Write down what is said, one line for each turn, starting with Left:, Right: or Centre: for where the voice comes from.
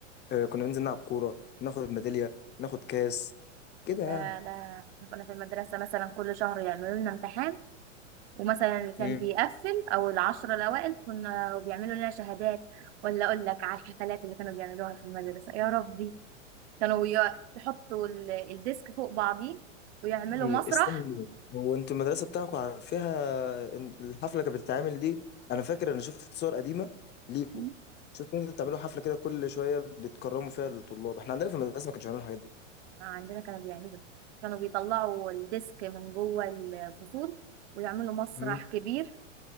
Left: آه، كنا بننزل نلعب كوره ناخد ميداليه ناخد كاس كده يعني
Right: لا لا احنا كنا في المدرسة مثلا كل شهر يعملوا لنا امتحان ومثلا اللي كان
Left: امم
Right: بيقفل او العشرة الاوائل كنا بيعملوا لنا شهادات ولا اقول لك على الحفلات اللي كانوا بيعملوها في المدرسة يا ربي كانوا ي- يحطوا ال- الديسك فوق بعضيه ويعملوا
Left: إيه،
Right: مسرح
Left: استني هو انتوا المدرسه بتاعكم عارف فيها إن الحفله كانت بتتعمل دي انا فاكر انا شفت صور قديمه ليكوا
Right: مم.
Left: شفت انتوا بتعملوا حفله كده كل شويه بتكرموا فيها الطلاب احنا عندنا في المدرسه ما كانش بيعملوا الحاجات دي
Right: آه، عندنا كانوا بيعملوا كانوا بيطلعوا الديسك من جوه الفصول ويعملوا مسرح
Left: امم
Right: كبير